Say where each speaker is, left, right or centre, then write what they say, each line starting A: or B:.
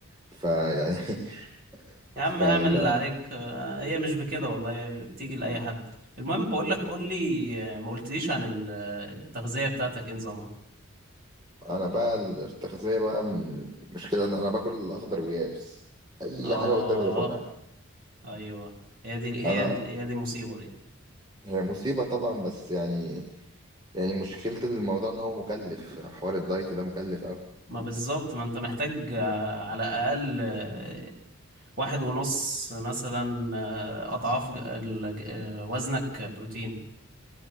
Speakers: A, on the right (about 20°); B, on the right (about 40°).
A: فيعني <laughs>
B: يا عم
A: فلا
B: اعمل اللي عليك آه، هي مش بكده والله هي بتيجي لأي حد المهم بقول لك قول لي آه، ما قلتليش عن ال- آه، التغذية بتاعتك ايه نظامها
A: انا بقى التغذيه بقى م- مشكله ان انا باكل اخضر ويابس اي
B: اه
A: حاجه قدامي باكلها
B: ايوه هي دي هي
A: انا
B: دي هي دي مصيبة دي
A: هي مصيبه طبعا بس يعني يعني مشكله الموضوع ان هو مكلف حوار الدايت ده مكلف قوي
B: ما بالظبط ما انت محتاج آه، على الأقل آه، واحد ونص مثلا آه، أضعاف ج- ال- ج- آه، وزنك بروتين